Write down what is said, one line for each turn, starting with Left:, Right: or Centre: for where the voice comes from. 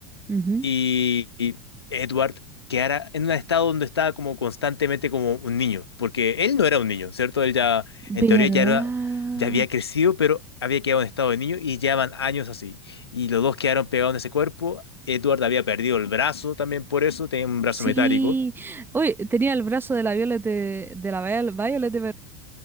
Right: Ujú.
Left: y, y Edward quedara en un estado donde estaba como constantemente como un niño, porque él no era un niño, ¿cierto? Él ya, en
Right: ¿Verdad?
Left: teoría, ya era, ya había crecido, pero había quedado en estado de niño y llevaban años así. Y los dos quedaron pegados en ese cuerpo. Edward había perdido el brazo también por eso, tenía un brazo
Right: Sí.
Left: metálico.
Right: Uy, tenía el brazo de la Violet de, de la Viol- Violet de